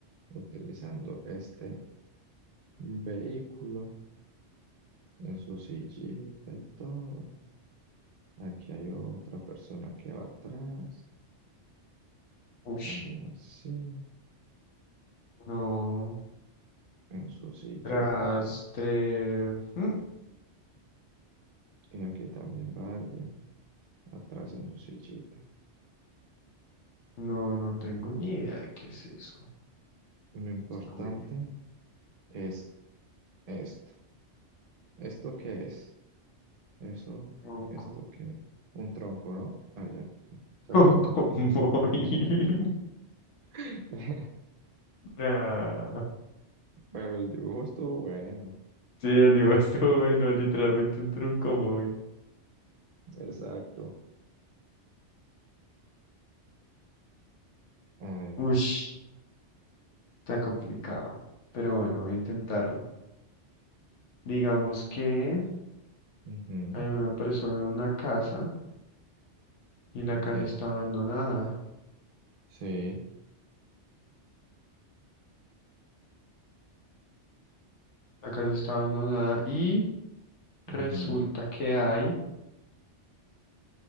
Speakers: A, on the right; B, on the left.
A: utilizando este vehículo en su sillita y todo. Aquí hay otra persona que va atrás.
B: Uy,
A: También así.
B: no.
A: en su sillita
B: Rastre. Mm,
A: y aquí también va alguien atrás en su sillita.
B: No, no tengo ni idea de qué es eso.
A: Y lo importante
B: Está muy difícil.
A: es esto. ¿Esto qué es? Eso,
B: Tronco.
A: ¿esto qué es? Un tronco, ¿no? Ah, ya, se
B: Tronco
A: acaba el tiempo.
B: móvil.
A: <laughs>
B: <laughs> Nah.
A: Pero el dibujo estuvo bueno,
B: Sí, el libro <laughs> estuvo bueno, literalmente un tronco móvil.
A: exacto. A ver,
B: Ush, está complicado. Pero bueno, voy a intentarlo. Digamos que
A: ujú,
B: hay una persona en una casa y la
A: ok,
B: casa está abandonada.
A: sí,
B: La casa está abandonada y
A: ujú.
B: resulta que hay,